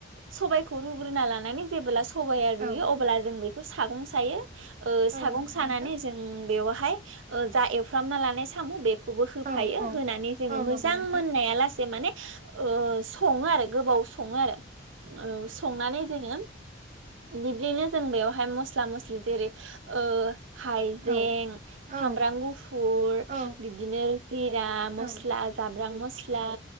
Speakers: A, on the right; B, on the right.
A: सबाइखौ रुग्रोना लानानै जेबोब्ला सबाया रुयो
B: औ
A: अब्ला जों बेखौ सागं सायो ओ
B: औ
A: सागं
B: नंगौ
A: सानानै
B: नोंथां
A: जों बेवहाय जा एवफ्रामना लानाय साम' बे खौबो होफायो
B: औ औ
A: होनानै जोङो
B: औ
A: मोजां
B: नंगौ नोंथां
A: मोननाया लासे माने ओ सङो आरो गोबाव सङो आरो। औ संनानै जोङो बिब्दिनो जों बेयावहाय मस्ला मस्लि जेरै ओ। हायजें
B: नंगौ औ
A: सामब्राम
B: औ
A: गुफुर बि
B: औ
A: बिदिनो जिरा मस्ला
B: औ
A: जाब्रां मस्ला
B: औ